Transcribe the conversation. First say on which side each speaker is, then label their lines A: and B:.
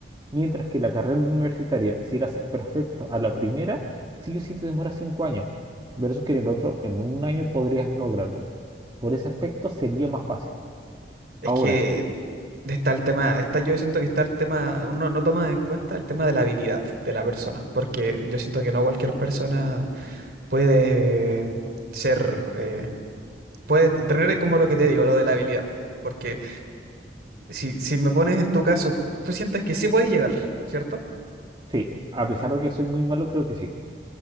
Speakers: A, on the right (about 25°); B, on the right (about 60°).
A: Mientras que la carrera universitaria, si la haces perfecto a la primera, sí o sí te demora cinco años, versus que en el otro, en un año podrías lograrlo. Por ese aspecto sería más fácil.
B: Es
A: Ahora,
B: que está el tema, está, yo siento que está el tema, uno no toma en cuenta el tema de la habilidad de la persona, porque yo siento que no cualquier persona puede ser, eh, puede tener como lo que te digo, lo de la habilidad. Porque si, si me pones en tu caso, tú sientes que sí puedes llegar, ¿cierto?
A: sí, a pesar de que soy muy malo, creo que sí.